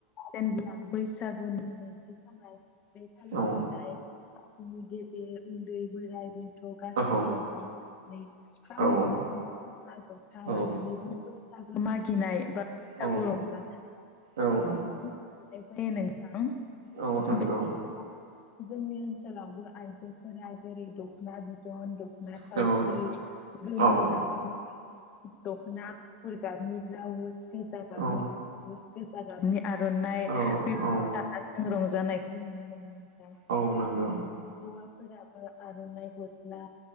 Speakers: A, on the left; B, on the right.
A: जेनेब्ला बैसागुनि नैथि सानाव बे खालिनिफ्राय
B: औ
A: गोदो उन्दै बोराइ बेनथ थ गासिबो
B: औ
A: ज जानानै खाम
B: औ
A: सिफुं खाम जथा
B: औ
A: लानानै बिदिनो बैसागो मागिनाय बा बैसागु
B: औ
A: रंजानाय
B: औ
A: <unintelligible>
B: औ नंगौ
A: बेबायदिखौ जों नि ओनसोलाव ओनसोलावबो आइजोफोरा जेरै दख'ना बिदन दखना ना सावस्रि
B: औ
A: गोमो
B: औ
A: गाबनि दख'ना गुफुर गाबनि ब्लाउस गोजा गाबनि
B: औ औ
A: <unintelligible> आर'नाइ
B: औ
A: बेफोरखौ
B: औ
A: लानानै जों रंजानायखौ नुनो मोनो
B: औ नंगौ
A: हौवाफोराबो आर'नाइ गस्ला